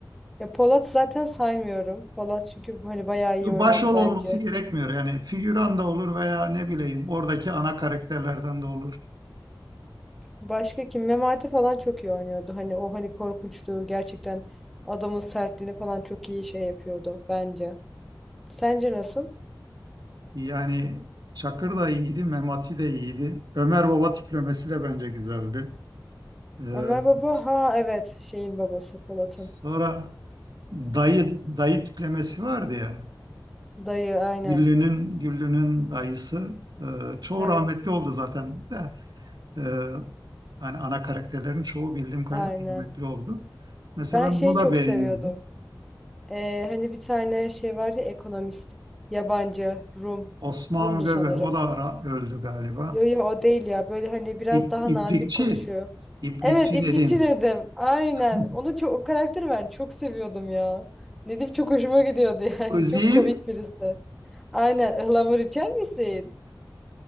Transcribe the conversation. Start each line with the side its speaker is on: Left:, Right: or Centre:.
Centre: Ya Polat zaten saymıyorum. Polat çünkü hani bayağı iyi
Right: Başrol
Centre: oynuyordu bence.
Right: olması gerekmiyor. Yani figüran da olur veya ne bileyim oradaki ana karakterlerden de olur.
Centre: Başka kim? Memati falan çok iyi oynuyordu. Hani o hani korkunçluğu gerçekten adamın sertliğini falan çok iyi şey yapıyordu bence. Sence nasıl?
Right: Yani Çakır da iyiydi, Memati de iyiydi. Ömer Baba tiplemesi de bence güzeldi. Ee,
Centre: Ömer Baba
Right: s-
Centre: ha evet şeyin babası Polat'ın.
Right: sonra dayı dayı tiplemesi vardı ya.
Centre: Dayı aynen.
Right: Güllü'nün Güllü'nün dayısı e, çoğu
Centre: Evet
Right: rahmetli oldu zaten de e, hani ana karakterlerin çoğu bildiğim kadarıyla
Centre: aynen.
Right: rahmetli oldu. Mesela
Centre: Ben
Right: ben
Centre: şeyi
Right: bunu da
Centre: çok
Right: beğeniyordum.
Centre: seviyordum. Ee, hani bir tane şey vardı ya, ekonomist. Yabancı Rum.
Right: Osman
Centre: Rum'du
Right: Weber
Centre: sanırım.
Right: o da ra- öldü galiba.
Centre: Yo yo o değil ya. Böyle hani biraz
Right: İp,
Centre: daha
Right: iplikçi.
Centre: nazik konuşuyor.
Right: İplikçi
Centre: Evet İpekçi
Right: ne diyeyim?
Centre: Nedim. Aynen.
Right: <laughs>
Centre: Onu çok o karakteri ben çok seviyordum ya. Nedim çok hoşuma gidiyordu <laughs> yani.
Right: Kuzim,
Centre: Çok komik birisi. Aynen. Ihlamur içer misin?